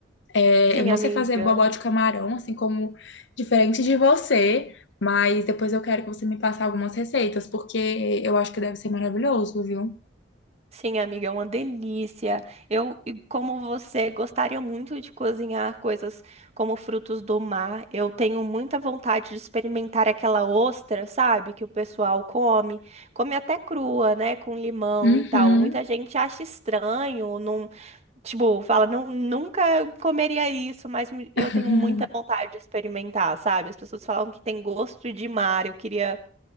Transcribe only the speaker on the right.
Sim,
amiga.
Sim, amiga, é uma delícia. Eu, e como você, gostaria muito de cozinhar coisas como frutos do mar. Eu tenho muita vontade de experimentar aquela ostra, sabe? Que o pessoal come. Come até crua, né? Com limão
e tal. Muita gente acha estranho, não, tipo, fala, não, nunca comeria isso, mas me-
eu tenho muita vontade de experimentar, sabe? As pessoas falam que tem gosto de mar. Eu queria.